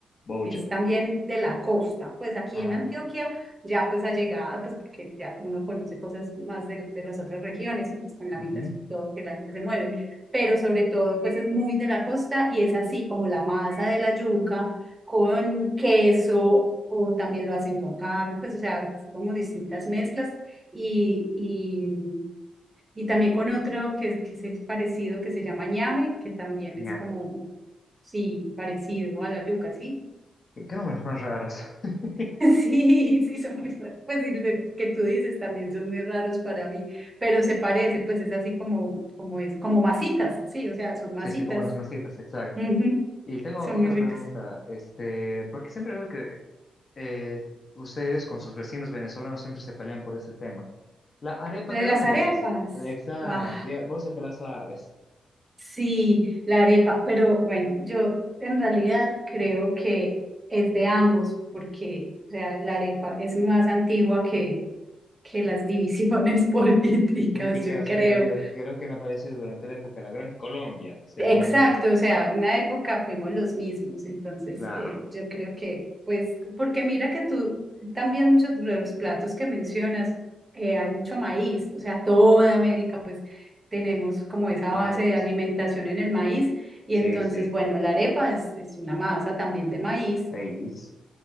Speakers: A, on the left (about 40°); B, on the right (about 20°).
A: Bollo.
B: es también de la costa, pues aquí
A: Ah,
B: en Antioquia ya pues ha llegado, pues porque ya uno conoce cosas más de, de las otras regiones, y, pues, con la
A: ujú.
B: migración y todo, que la gente se mueve, pero sobre todo pues es muy de la costa y es así como la masa de la yuca con queso o también lo hacen con carne, pues o sea, son como distintas mezclas y, y también con otro que, que es parecido, que se llama ñame, que también es
A: Ñaje.
B: como, un- sí, parecido a la yuca, ¿sí? <laughs>
A: ¿Qué qué nombres más raros? <laughs>
B: Sí, sí, son muy, ra- pues y lo que tú dices también son muy raros para mí, pero se parece, pues es así como, como es, como masitas, sí, o sea, son masitas,
A: Sí, sí, como unas masitas, exacto.
B: ujú,
A: Y tengo
B: Son
A: otra
B: muy ricas.
A: pregunta, este, porque siempre veo que eh, ustedes con sus vecinos venezolanos siempre se pelean por este tema. ¿La arepa
B: La
A: de
B: de
A: dónde
B: las arepas,
A: es? Exacto,
B: ¡guau!
A: ya- vos ya te la sabes.
B: Sí, la arepa, pero bueno, yo en realidad creo que es de ambos, porque o sea, la arepa es más antigua que, que las divisiones <laughs> políticas,
A: Críticas
B: yo creo.
A: que han habido, creo que han aparecido durante la época de la Gran Colombia, según
B: Exacto, o sea, en una época fuimos los mismos, entonces
A: Claro,
B: eh, yo creo que, pues, porque mira que tú también muchos de los platos que mencionas, eh, hay mucho maíz, o sea, toda América, pues, tenemos como esa
A: maíz.
B: base de alimentación en el maíz, y
A: Sí,
B: entonces,
A: sí.
B: bueno, la arepa es, es una masa también de maíz,
A: Maíz.